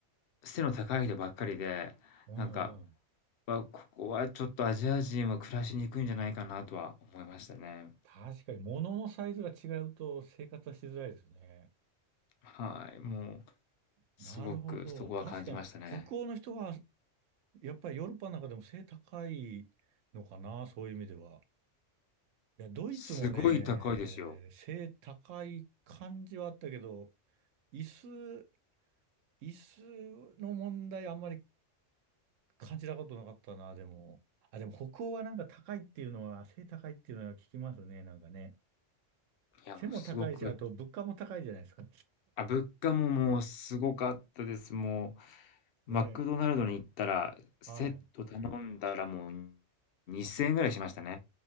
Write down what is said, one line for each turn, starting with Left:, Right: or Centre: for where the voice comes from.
Left: う背の高い人ばっかりで、
Right: うんうん。
Left: なんか、わ、ここはちょっとアジア人は暮らしにくいんじゃないかなとは思いましたね。
Right: 確かに、物のサイズが違うと生活はしづらいですね。
Left: はい、もう
Right: なるほど。
Left: すごくそこは感じましたね。
Right: 確かに、北欧の人は、やっぱりヨーロッパの中でも背高いのかな、そういう意味では。いや、ドイツもね、
Left: すごい高いですよ。
Right: 背高い感じはあったけど、椅子、椅子の問題あんまり感じたことなかったな、でも。あ、でも北欧はなんか高いっていうのは、背高いっていうのは聞きますね、なんかね。
Left: いや、
Right: 背も高いし、
Left: もうすごく、
Right: あと物価も高いじゃないですか。
Left: あ、物価ももうすごかったです。もう
Right: ね。
Left: マクドナルドに行ったら、セット頼んだらもう
Right: はい。
Left: 2000円ぐらいしましたね。